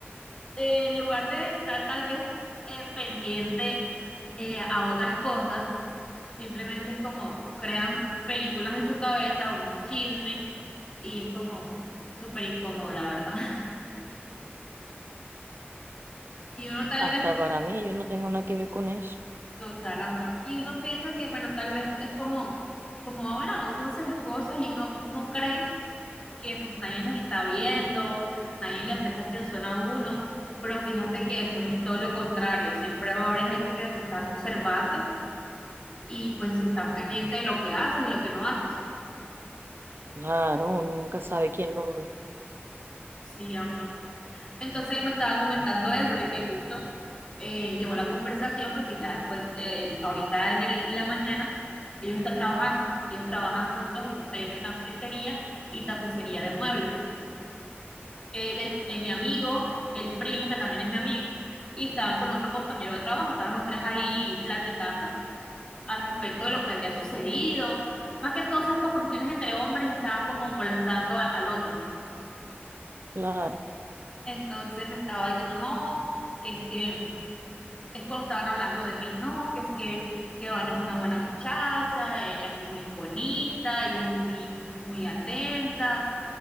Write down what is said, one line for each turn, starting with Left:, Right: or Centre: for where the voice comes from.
Left: eh, en lugar de estar tal vez eh, pendiente eh, a otras cosas, simplemente es como crean películas en su cabeza, un chisme, y es como súper incómodo, la verdad. <laughs> Y uno tal
Right: Hasta
Left: vez,
Right: para mí, yo no tengo nada que ver con eso.
Left: total amor, y uno piensa que, bueno, tal vez es como, como, ah, bueno, uno hace las cosas y uno, uno cree que pues nadie los está viendo, nadie le presta atención a uno, pero fíjate que pues es todo lo contrario, siempre va a haber gente que te están observando y pues están pendientes de lo que haces y lo que no haces.
Right: Claro, uno nunca sabe quién lo ve.
Left: Sí, amor. Entonces él me estaba comentando eso, de que justo eh, llevó la conversación porque ya después, eh, él- ahorita en el- la mañana, ellos están trabajando, ellos trabajan juntos en un taller de carpintería y tapicería de muebles. él, el- eh, mi amigo, el primo, que también es mi amigo, y estaban con otro compañero de trabajo, estaban los tres ahí platicando al respecto de lo que había sucedido, más que todas esas conversaciones entre hombres y estaban como molestando a- al otro, ¿no?
Right: Claro.
Left: Entonces me estaba diciendo, no, que es que es cuando estaban hablando de mí, no, que es que, que Van es una buena muchacha, ella es muy bonita, ella es muy, muy atenta,